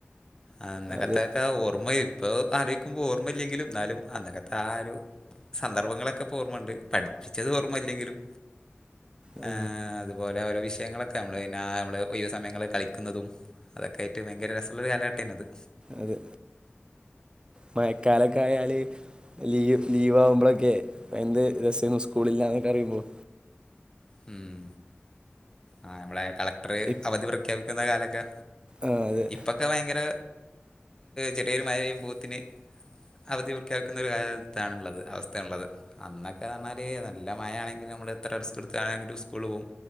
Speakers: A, on the left (about 20°); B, on the right (about 25°).
A: അന്നക്കത്തെയൊക്കെ
B: അത്
A: ഓർമ്മ ഇപ്പ ആലോചിക്കുമ്പോ ഓർമ്മയില്ലെങ്കിലും എന്നാലും അന്നക്കത്തെ ആ ഒരു സന്ദർഭങ്ങളൊക്കെ ഇപ്പോ ഓർമ്മയുണ്ട് പഠിപ്പിച്ചത് ഓർമ്മയില്ലെങ്കിലും
B: ആ,
A: ഏ അതുപോലെ ഓരോ വിഷയങ്ങളൊ ക്കെ നമ്മള് പിന്നെ ആ നമ്മള് ഒഴിവ് സമയങ്ങളിൽ കളിക്കുന്നതും അതൊക്കെ ആയിട്ട് ഭയങ്കര രസള്ളൊരു കാലഘട്ടമായിരുന്നു അത്
B: അതെ മയക്കാലൊക്കായാല് ലീവ് ലീവാവുമ്പളൊക്കെയെ എന്ത് രസേന്നു സ്കൂളില്ലാന്നൊക്കെ അറിയുമ്പോൾ
A: ഉം ആ നമ്മളെ കളക്ടർ
B: ഇപ്-
A: അവധി പ്രഖ്യാപിക്കുന്ന കാലൊക്കെ
B: ആ, അതെ
A: ഇപ്പൊക്കെ ഭയങ്കര ചെറിയൊരു മഴ പെയ്യ്മ്പോത്തിന് അവധി പ്രഖ്യാപിക്കുന്ന ന്നഒരു കാലത്താണ്ണുള്ളത് അവസ്ഥയാണുള്ളത് അന്നൊക്കെ ന്നർഞ്ഞാൽ നല്ല മഴാണെങ്കിലും നമ്മള് എത്ര റിസ്ക് ട്ത്താണെങ്കിലും സ്കൂള് പോകും